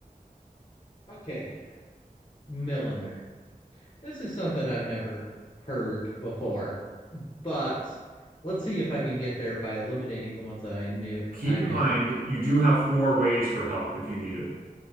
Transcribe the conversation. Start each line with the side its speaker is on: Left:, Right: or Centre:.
Left: Okay. Milliner. This is something I've never heard before, but let's see if I can get there by eliminating the ones that I knew
Right: Keep
Left: I
Right: in
Left: know.
Right: mind, you do have four ways for help if you need it.